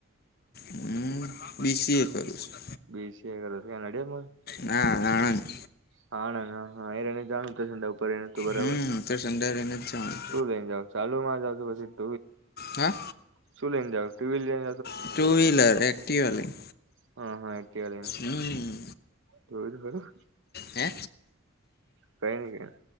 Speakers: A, on the left; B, on the right.
A: હમ્મ બીસીએ કરશું
B: બીસીએ કરો છો કે નડિયાદમાં?
A: ના આણંદ
B: હા ના ના હા એને જાણું તો સંડા ઉપર એને તું બરાબર
A: હમ તો સંદર એને જ જવાનું
B: શું લઈ ને જાવ ચાલુમાં જાવ તો પછી?
A: હા.
B: સુ લઈને જાવ ટુવીલ લઈ
A: ટુ-વ્હીલર એક્ટીવા લઈ
B: હ હ એકટીવા લયને
A: હમ
B: <unintelligible>
A: હે
B: કઈની <unintelligible>